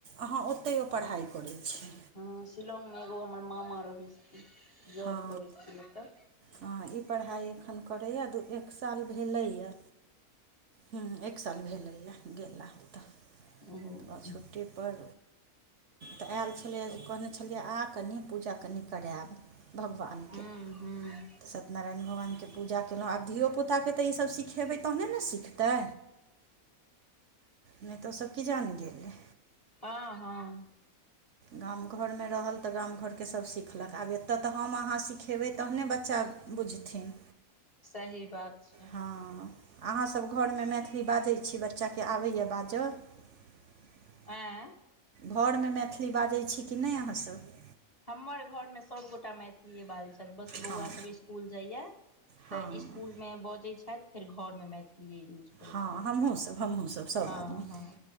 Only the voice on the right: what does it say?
अहाँ ओते ओ पढ़ाइ करै छै
हँ
हँ ई पढ़ाइ एखन करेय या दू एक साल भेलेय हुॅं एक साल भेलेए गेलाय त
आ छुट्टी पर त आयल छले कहने छ लिये आ कनि पूजा कनि करेएब भगवान आन
के त सत्यनारायण भगवान के पूजा केलौ आब धियोपुता के त ईसभ सिखे बे तहने ने सिखतै नै त ओसभ कि जान गेले
गाम घर मे रहल त गाम घर के सभ शिख आब त हम अहा सिखेबै तहने बच्चा बुझथिन
हा अहाँ सभ घर मे मैथिली बाजे छी बच्चा के अबैए बाज <inaudible>
घर मे मैथिली बाजै छी कि ने अहाँ सभ
हँ
हँ
हँ
हमहू सब हमहूँ सब सब
आदमी